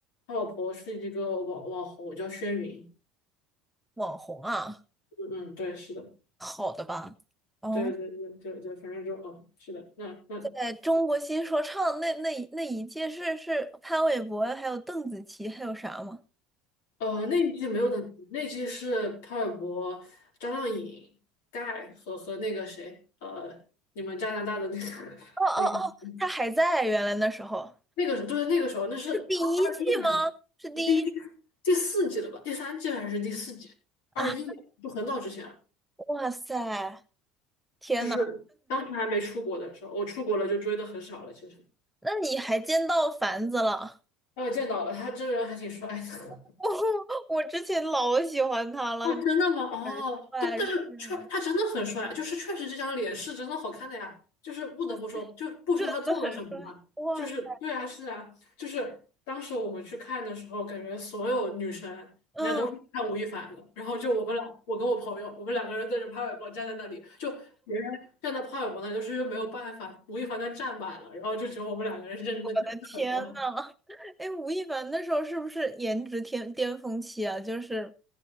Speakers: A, on the left (about 80°); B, in the centre.
A: 他老婆是一个网网红叫轩云，
B: 网红啊？
A: 嗯嗯，对，是的，
B: 好的吧？哦，
A: 对对对对对，反正就嗯，是的，那那
B: 在中国新说唱那那一那一届是是潘玮柏，还有邓紫棋，还有啥吗？
A: 呃，那一季没有邓紫棋那一季是潘玮柏、张靓颖、盖和和那个谁，呃，你们加拿大的那个，
B: 哦哦哦，
A: <laughs> 那
B: 他还在，原来那时候
A: 那个时候对，那个时候那是二二一年，
B: 是第一季吗？是第一
A: 第第第四季了吧？第三季还是第四季？
B: 啊！
A: 二一年就很早之前了
B: 哇塞，天呐，
A: 就是当时还没出国的时候，我出国了就追的很少了。其实，
B: 那你还见到凡子了？
A: 啊，见到了他真人还挺帅的。
B: <laughs> 我我之前老喜欢他了，
A: 啊，真的吗？
B: 很帅是吗？
A: 哦，对，但是确他真的很帅，就是确实这张脸是真的好看的呀，就是不得不说，
B: 哇塞，
A: 就不说他做了什么嘛，
B: 真的很帅，哇塞，
A: 就是对啊，是啊，就是当时我们去看的时候，感觉所有女生人家都是看吴亦凡的，
B: 嗯。
A: 然后就我们俩，我跟我朋友，我们两个人对着潘玮柏站在那里，就别人站在潘玮柏那里，就是因为没有办法，吴亦凡他站满了，然后就只有我们两个人是认真的看潘玮柏。
B: 的天呐，哎，吴亦凡那时候是不是颜值天巅峰期啊？就是